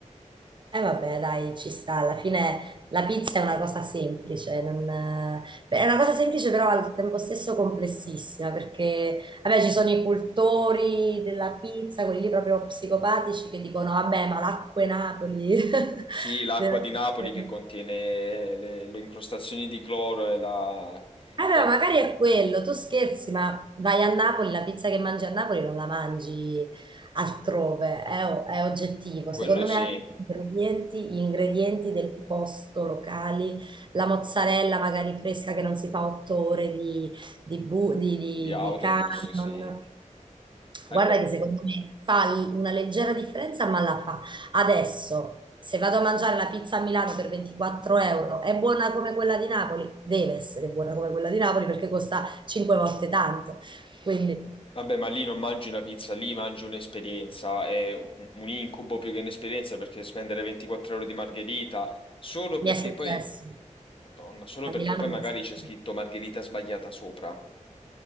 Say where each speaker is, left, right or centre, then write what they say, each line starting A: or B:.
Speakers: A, on the right; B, on the left.
A: E vabbè, dai, ci sta. Alla fine la pizza è una cosa semplice, non- è una cosa semplice però al tempo stesso complessissima, perché vabbè, ci sono i cultori della pizza, quelli lì proprio psicopatici che dicono, vabbè, ma l'acqua e Napoli <laughs>
B: Sì, l'acqua
A: deve
B: di Napoli
A: essere
B: che contiene le, le incrostazioni di cloro e la...
A: Allora,
B: e
A: magari è quello, tu scherzi, ma vai a Napoli, la pizza che mangi a Napoli non la mangi altrove, è, o- è oggettivo.
B: Quello
A: Secondo
B: sì,
A: me anche gli ingredienti, gli ingredienti del posto locali, la mozzarella magari fresca che non si fa otto ore di, di, bu- di, di-
B: di autobus
A: di camion.
B: sì. Eh
A: Guarda
B: beh,
A: che secondo me fa l- una leggera differenza, ma la fa. Adesso, se vado a mangiare la pizza a Milano per 24 euro, è buona come quella di Napoli? Deve essere buona come quella di Napoli perché costa 5 volte tanto. Quindi
B: vabbè, ma lì non mangi una pizza, lì mangi un'esperienza, è un un incubo più che un'esperienza perché spendere 24 ore di margherita solo perché
A: mi è successo.
B: poi, Madonna, solo
A: A
B: perché
A: Milano
B: poi
A: mi
B: magari
A: è successo.
B: c'è scritto margherita sbagliata sopra.